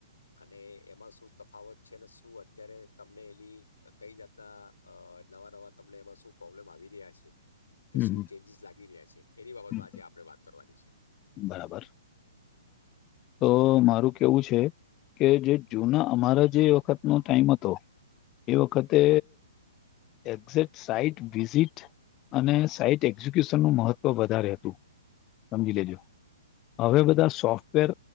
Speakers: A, on the left; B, on the left.
A: અને એમાં શું તફાવત છે શું અત્યારે તમને એની કઈ જાતના અ નવા નવા તમને એમાં શું પ્રોબ્લેમ આવી રહ્યા છે કે
B: હમ
A: શું ચેન્જીસ લાગી રહ્યા છે. એની બાબતમાં
B: હમ
A: આજે આપડણે વાત કરવાની છે.
B: બરાબર તો મારું કેવું છે કે જે જૂના અમારા જે વખતનો ટાઈમ હતો. એ વખતે એક્ઝે્ટ સાઈટ વિઝિટ. અને સાઈટ એક્ઝિક્યુશનનું મહત્વ વધારે હતું સમજી લેજો. હવે બધા સોફ્ટવેર